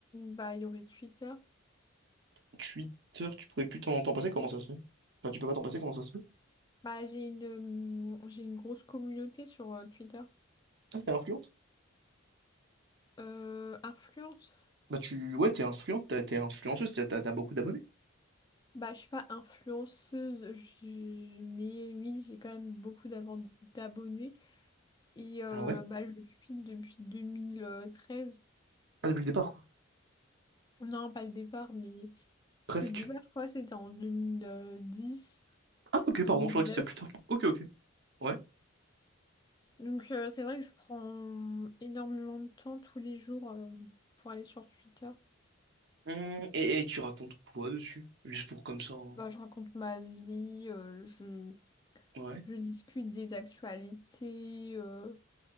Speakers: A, on the left; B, on the right.
A: bah il y aurait Twitter.
B: Twitter, tu pourrais plus t'en t'en passer, comment ça se fait? Enfin, tu peux pas t'en passer, comment ça se fait?
A: Bah j'ai une euh, j'ai une grosse communauté sur euh, Twitter.
B: Ah, t'es influente?
A: Euh, influence.
B: Bah, tu. Ouais, t'es influente, t'as- t'es influenceuse, t'as t'as- t'as beaucoup d'abonnés.
A: Bah je suis pas influenceuse, je- mais oui j'ai quand même beaucoup d'abon- d'abonnés et euh,
B: Ah ouais?
A: bah je le suis depuis 2013.
B: Ah, depuis le départ, quoi.
A: Non pas le départ mais
B: Presque.
A: que le débat, je crois, c'était en deux deux mille dix,
B: Ah, ok,
A: deux
B: pardon,
A: mille
B: je croyais que
A: neuf.
B: c'était plus tard. Ok, ok. Ouais.
A: Donc euh, c'est vrai que je prends énormément de temps tous les jours euh, pour aller sur Twitter.
B: Hum, et, et tu racontes quoi dessus? Juste pour comme ça. hein.
A: Bah, je raconte ma vie, euh, je,
B: Ouais.
A: je discute des actualités. euh,